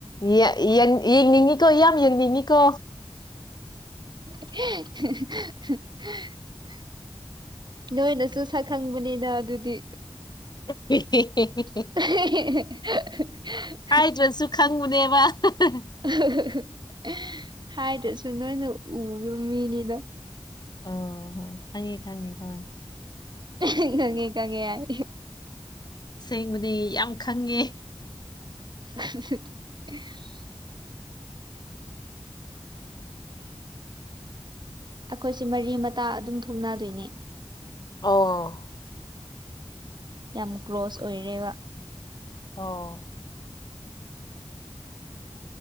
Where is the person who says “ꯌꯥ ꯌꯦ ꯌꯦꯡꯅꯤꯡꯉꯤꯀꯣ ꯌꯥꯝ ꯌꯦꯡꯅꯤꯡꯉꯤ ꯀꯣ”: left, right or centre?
Left